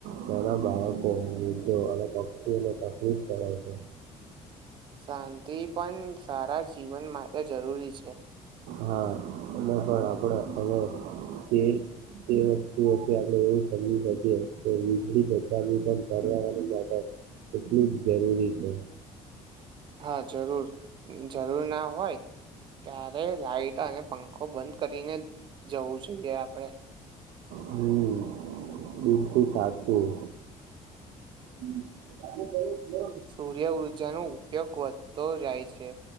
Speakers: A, on the right; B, on the right.
A: બધાં બાળકો, વૃદ્ધો અને પક્ષીઓને પણ તકલીફ પડે છે.
B: શાંતિ પન સારા જીવન માટે જરૂરી છે.
A: હા અને પણ આપડે હવે એ તે વસ્તુઓથી આપણે એવું સમજી શકીએ કે વીજળી બચાવવી પન પર્યાવરણ માટે એટલું જ જરૂરી છે.
B: હા જરૂર જરૂર ના હોય ત્યારે લાઈટ અને પંખો બંધ કરીને જવું જોઈએ આપણે
A: હમ બિલકુલ સાચું. હમ <inaudible>
B: સૂર્ય ઉર્જાનો ઉપયોગ વધતો જાય છે.